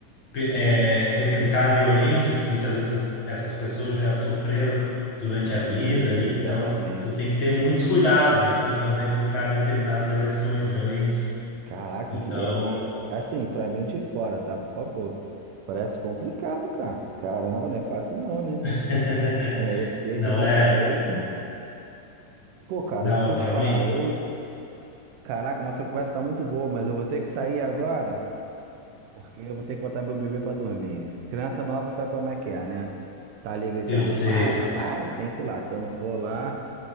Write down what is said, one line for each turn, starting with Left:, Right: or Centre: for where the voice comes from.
Left: pe- eh, replicar violências que muitas vezes as- essas pessoas já sofreram durante
Right: Isso,
Left: a vida ali,
Right: exatamente.
Left: então tu tem que ter muitos cuidados assim para não replicar determinadas agressões, violências.
Right: Caraca,
Left: Então,
Right: e é, e é- assim, pra mim de fora, tá? Por favor. Parece complicado, cara. Caramba, não é fácil não, né? <laughs>
Left: <laughs>
Right: É, eu fiquei
Left: não
Right: aqui pensando,
Left: é,
Right: eita. Pô, cara,
Left: não,
Right: deixa
Left: realmente
Right: eu te falar, eu... Caraca, nossa conversa tá muito boa, mas eu vou ter que sair agora, porque eu vou ter que botar meu bebê pra dormir. Criança nova sabe como é que é, né? Tá ali gritando,
Left: eu sei,
Right: papai,
Left: cara.
Right: papai, tem que ir lá. Se eu não for lá...